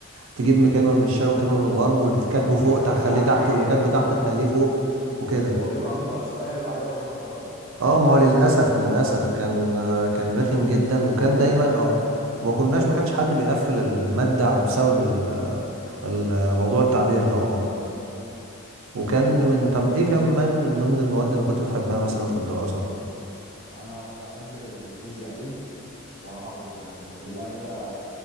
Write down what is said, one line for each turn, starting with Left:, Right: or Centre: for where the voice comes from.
Right: تجيب م- كلمه من الشرق وكلمه من الغرب واللي
Left: بي-
Right: كاتبه
Left: هو الفكرة
Right: فوق تخليه
Left: بيبقى عليه
Right: تحت واللي كاتبه تحت تخليه فوق وكده
Left: هو بيبقى أكبر سؤال وعليه أكبر درجة فبصراحة
Right: اه ما هو للاسف للاسف
Left: كنا
Right: كان كان رخم جدا
Left: الناس
Right: وكان
Left: كلنا
Right: دايما
Left: بنحبه
Right: اه
Left: بصراحة
Right: وما كناش ما كانش حد بيقفل الماده بسبب ال- الموضوع
Left: السؤال ده
Right: التعبير ده اه
Left: مم.
Right: وكان من طب ايه كمان من ضمن المواد اللي كنت بتحبها مثلا في الدراسه
Left: أنا كنت بحب الفيزياء أوي بصراحة كنت كانت كلها كده